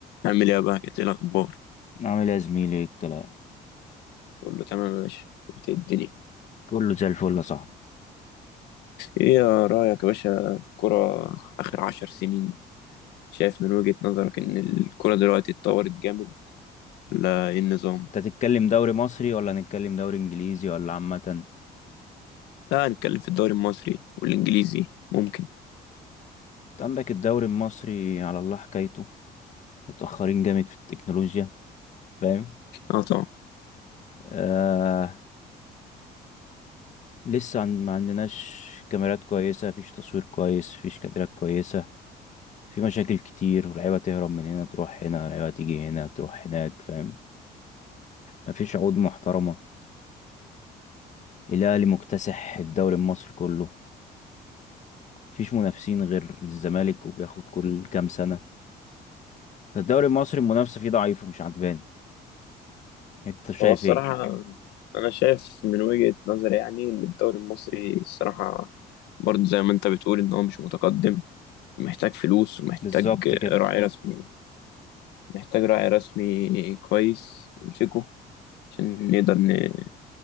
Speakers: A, on the left; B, on the left.
A: عامل ايه يا بقى ايه الاخبار
B: عامل ايه يا زميلي ايه الكلام
A: كله تمام يا باشا انت إيه الدنيا
B: كله زي الفل يا صاحبي
A: ايه يا رايك يا باشا في الكرة اخر عشر سنين شايف من وجهة نظرك ان الكرة دلوقتي اتطورت جامد ولا ايه النظام
B: انت تتكلم دوري مصري ولا نتكلم دوري انجليزي ولا عامة انت
A: لا هنتكلم في الدوري المصري والانجليزي ممكن
B: عندك الدوري المصري على الله حكايته متأخرين جامد في التكنولوجيا فاهم
A: اه طبعا
B: آه لسه عن... ما عندناش كاميرات كويسة فيش تصوير كويس فيش كادرات كويسة في مشاكل كتير ولعيبة تهرب من هنا تروح هنا لعيبة تيجي هنا تروح هناك فاهم مفيش عقود محترمة الأهلي مكتسح الدوري المصري كله مفيش منافسين غير الزمالك وبياخد كل كام سنة الدوري المصري المنافسة فيه ضعيفة مش عجباني انت شايف
A: هو الصراحة
B: ايه
A: أنا شايف من وجهة نظري يعني إن الدوري المصري الصراحة برضه زي ما أنت بتقول إن هو مش متقدم ومحتاج فلوس ومحتاج
B: بالظبط كده
A: راعي رسمي محتاج راعي رسمي كويس يمسكه عشان نقدر ن-